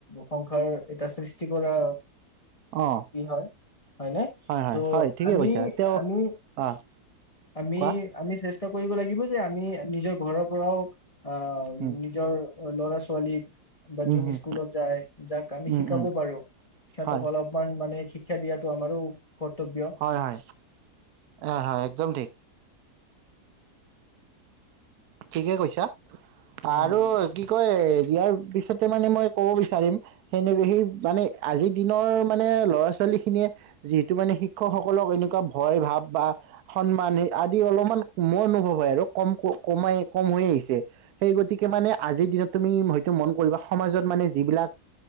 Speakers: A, on the left (about 25°); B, on the right (about 70°).
A: সংসাৰ এটা সৃষ্টি কৰা
B: অ
A: কি হয় হয়নে
B: হয় হয়
A: ত'
B: হয় ঠিকে
A: আমি
B: কৈছা তেওঁ
A: আমি
B: আহ
A: আমি
B: কোৱা
A: আমি। চেষ্টা কৰিব লাগিব যে আমি নিজৰ ঘৰৰ পৰাও। অ
B: উম
A: নিজৰ। অ ল'ৰা ছোৱালিক। বা
B: উম
A: যোন
B: উম
A: স্কুলত যায় যাক আমি
B: উম
A: শিকাব
B: উম
A: পাৰো সিহঁতক
B: হয়
A: অলপমান মানে। শিক্ষা দিয়াটো আমাৰো। কৰ্তব্য
B: হয় হয় অঁ হয় একদম ঠিক। কিঠিকে কৈছা।
A: উম
B: আৰু কি কয়। দিয়াৰ পিছতে মানে মই ক'ব বিচাৰিম সেনে সেই মানে আজিৰ দিনৰ মানে ল'ৰা ছোৱালী খিনিয়ে যিহেতু মানে শিক্ষকসকলক এনেকুৱা ভয় ভাৱ বা সন্মান। আদি অলপমান মোৰ অনুভৱ হয় আৰু কম ক। কমাই কম হৈ আহিছে সেই গতিকে মানে আজিৰ দিনত তুমি হয়তো মন কৰিবা সমাজত মানে যিবিলাক